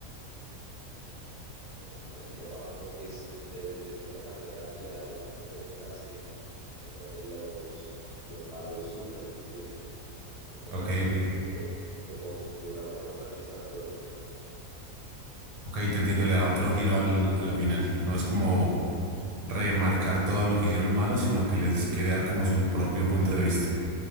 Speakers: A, on the right (about 30°); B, on the right (about 80°).
A: no sé cómo decirlo, pa, como que es- de, de cierta manera le da un desenlace en donde los, los malos sufren, ¿me entiende? Como satisfactorio,
B: Ok, ok.
A: como de una forma satisfactoria.
B: Ok, te entiendo, le da otro giro al, a la final. No es como remarcar todo lo que hicieron malo, sino que les quiere dar como su propio punto de vista.